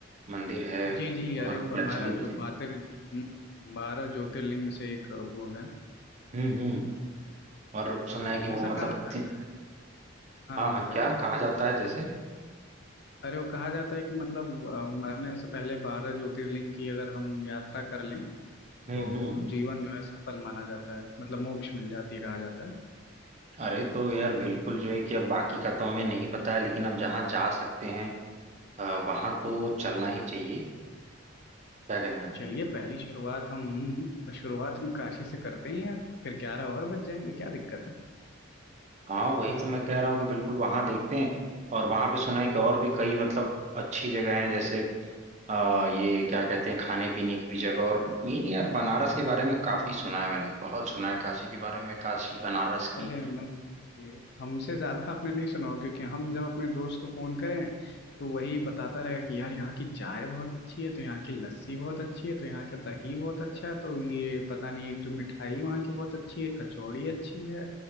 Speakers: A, on the right; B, on the left.
A: मंदिर है
B: जी जी
A: बहुत
B: अरे वो
A: प्रचलित
B: हमारा जो
A: है
B: बातें बारह ज्योतिर्लिंग में से एक वो है
A: हम्म हम्म और सुना
B: हाँ
A: है
B: तो
A: कि वो
B: ऐसा
A: मतलब
B: कहा जाता
A: ति-
B: है हाँ
A: हाँ
B: हाँ
A: हाँ
B: बताइए
A: क्या कहा जाता है जैसे
B: अरे वो कहा जाता है कि मतलब अ, मरने से पहले बारह ज्योतिर्लिंग की अगर हम यात्रा कर लें
A: हम्म
B: तो
A: हम्म
B: जीवन जो है सफल माना जाता है मतलब मोक्ष मिल जाती है कहा जाता है
A: अरे तो यार बिल्कुल जो है कि अब बाकी का तो हमें नहीं पता है लेकिन अब जहाँ जा सकते हैं अ, वहाँ तो चलना ही चाहिए क्या कहना
B: चलिए
A: है
B: पहली शुरुआत हम शुरुआत हम काशी से करते हैं यार फिर ग्यारह और बज जाएंगे क्या दिक्कत है
A: हाँ वही तो मैं कह रहा हूँ कि बिल्कुल वहां देखते हैं और वहां पे सुना है कि और भी कई मतलब अच्छी जगह हैं जैसे आ, ये क्या कहते हैं खाने पीने की भी जगह और मेन यार बनारस के बारे में काफी सुना है मैंने बहुत सुना है काशी के बारे में काशी बनारस की
B: अरे मत पूछिए हमसे ज्यादा आपने नहीं सुना होगा, क्योंकि हम जब अपने दोस्त को फोन करें तो वही बताता रहेगा कि यार यहाँ की चाय बहुत अच्छी है तो यहाँ की लस्सी बहुत अच्छी है तो यहाँ का दही बहुत अच्छा है तो ये पता नहीं एक जो मिठाई वहाँ की बहुत अच्छी है कचौड़ी अच्छी है